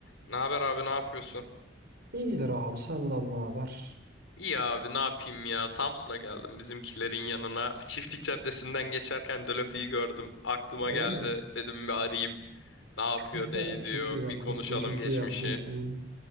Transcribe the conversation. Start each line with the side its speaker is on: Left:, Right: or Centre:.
Left: Ne haber abi ne yapıyorsun?
Right: İyidir abi sallallahu haber.
Left: İyi abi ne yapayım ya Samsun'a geldim bizimkilerin yanına. Çiftlik Caddesi'nden geçerken Dölöpü'yü gördüm. Aklıma
Right: Oo,
Left: geldi dedim bir arayayım. Ne yapıyor
Right: <laughs>
Left: ne ediyor
Right: çok iyi yapmışsın
Left: bir konuşalım
Right: çok
Left: geçmişi.
Right: iyi yapmışsın.